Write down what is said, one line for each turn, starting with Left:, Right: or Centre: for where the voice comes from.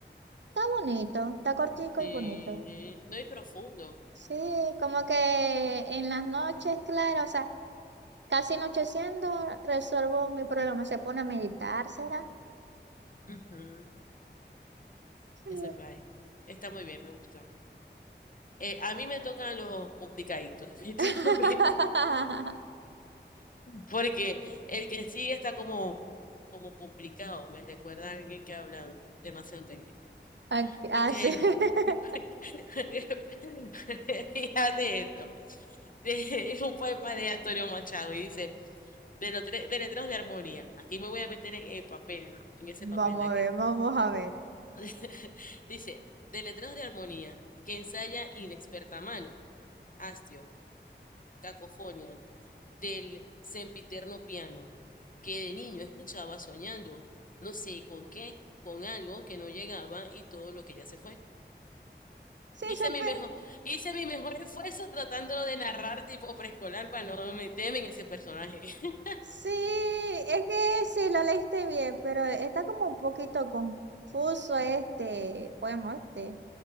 Right: Está bonito, está cortico
Left: Sí,
Right: y bonito.
Left: no y profundo.
Right: Sí, como que en las noches claras, o sea, casi anocheciendo, resuelvo mi problema. Se pone a meditar, ¿será?
Left: Ujú,
Right: Sí.
Left: Ese país. Está muy bien, me gusta. Eh, a mí me tocan los complicaditos, <laughs> definitivamente.
Right: <laughs>
Left: Porque el que sigue está como, como complicado. Me recuerda a alguien que ha hablado demasiado técnico.
Right: Ah, que-
Left: Porque,
Right: ah, sí. <laughs>
Left: <laughs> fíjate esto. Es un poema de Antonio Machado y dice, de los tre- de letreros de armonía. Aquí me voy a meter en el papel, en ese papel
Right: Vamos
Left: de aquel.
Right: a ver, vamos a ver.
Left: <laughs> Dice, de letreros de armonía que ensaya inexperta mano, hastio, cacofonía, del sempiterno piano, que de niño escuchaba soñando, no sé con qué, con algo que no llegaba y todo lo que ya se fue.
Right: Sí,
Left: Hice
Right: súper.
Left: mi mejor, hice mi mejor esfuerzo tratándolo de narrar tipo preescolar para no meterme en ese personaje. <laughs>
Right: Sí, es que sí, lo leíste bien, pero está como un poquito confuso este poema, este.